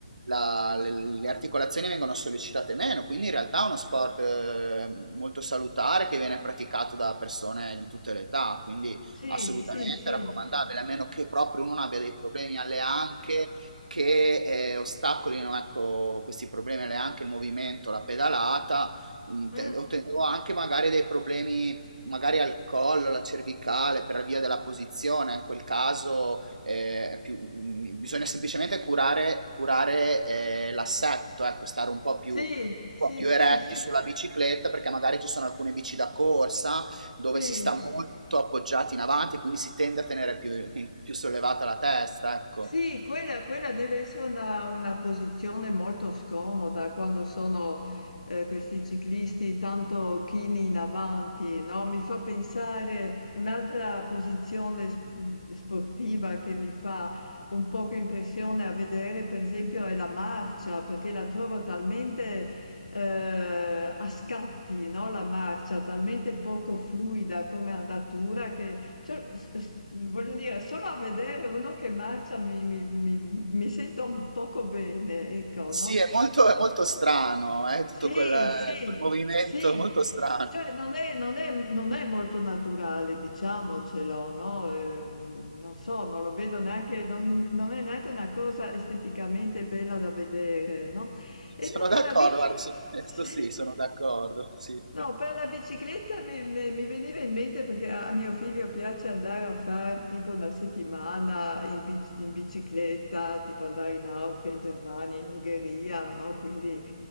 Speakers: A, on the right (about 85°); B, on the left (about 85°).
A: la- le, le articolazioni vengono sollecitate meno, quindi in realtà è uno sport eh, molto salutare che viene praticato da persone di tutte le età, quindi
B: sì,
A: assolutamente
B: sì, sì.
A: raccomandabile, a meno che proprio uno non abbia dei problemi alle anche che eh, ostacolino, ecco, questi problemi alle anche il movimento, la pedalata. mh, te-
B: Mm,
A: Ottenevo anche magari dei problemi magari al collo, la cervicale, per via della posizione, in quel caso eh, è più- mh, bisogna semplicemente curare, curare, eh, l'assetto, ecco, stare un po' più,
B: sì,
A: un
B: sì,
A: po' più
B: sì,
A: eretti
B: sì,
A: sulla bicicletta, perché magari ci sono alcune bici da corsa dove
B: sì.
A: si sta molto appoggiati in avanti, quindi si tende a tenere più, <laughs> più sollevata la testa, ecco.
B: Sì, quella quella deve essere una una posizione molto scomoda quando sono, ehm, questi ciclisti tanto chini in avanti, no, mi fa pensare un'altra posizione s mhmm, sportiva che mi fa un poco impressione a vedere, per esempio, è la marcia, perché la trovo talmente, ehm, a scatti, no, la marcia, talmente poco fluida come andatura che cioè, s- s- voglio dire, solo a vedere uno che marcia mi, mi- mi- mi sento un poco bene, ecco,
A: Sì,
B: no?
A: è molto, è molto strano, eh, tutto
B: Sì,
A: quel,
B: sì,
A: quel movimento
B: sì.
A: molto strano.
B: Cioè, non è, non è- non è molto naturale, diciamocelo, no? Eh, non so, non lo vedo neanche, non, non è neanche una cosa esteticamente bella da vedere, no? E
A: Sono
B: no, per
A: d'accordo,
B: la bici,
A: guarda, su questo
B: sì,
A: sì, sono d'accordo, sì.
B: No, per la bicicletta mi, mi- mi veniva in mente perché a a mio figlio piace andare a fare tipo una settimana in, bic- in bicicletta, tipo andare in Austria, in Germania, in Ungheria, no? Quindi